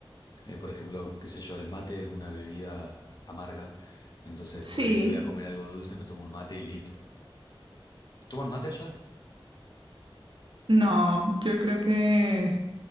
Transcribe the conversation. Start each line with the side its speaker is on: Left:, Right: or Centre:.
Left: eh, por ejemplo, qué sé yo, el mate es una bebida amarga. Entonces,
Right: Sí.
Left: por ahí si voy a comer algo dulce, me tomo un mate y listo. ¿Toman mate allá?
Right: No, yo creo que,